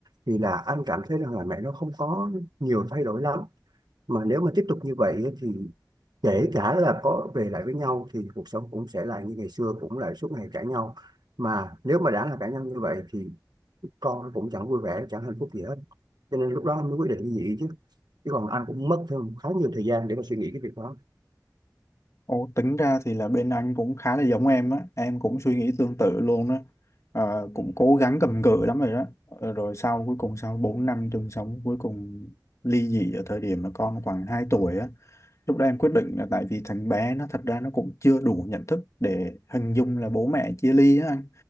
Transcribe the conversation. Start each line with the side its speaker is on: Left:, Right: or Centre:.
Right: thì là anh cảm thấy rằng là mẹ nó không có nhiều thay đổi lắm mà nếu mà tiếp tục như vậy ấy, thì kể cả là có về lại với nhau thì cuộc sống cũng sẽ là như ngày xưa cũng lại suốt ngày cãi nhau mà nếu mà đã là cãi nhau như vậy thì con nó cũng chẳng vui vẻ chẳng hạnh phúc gì hết cho nên lúc đó anh mới quyết định ly dị chứ chứ còn anh cũng mất thêm khá nhiều thời gian để mà suy nghĩ cái việc đó
Left: Ồ, tính ra thì là bên anh cũng khá là giống em á, em cũng suy nghĩ tương tự luôn á, Ờ, cũng cố gắng cầm cự lắm rồi đó, Ờ, rồi sau cuối cùng sau 4 năm chung sống cuối cùng ly dị ở thời điểm mà con khoảng 2 tuổi á, lúc đó em quyết định là tại vì thằng bé nó thật ra nó cũng chưa đủ nhận thức để hình dung là bố mẹ chia ly á anh,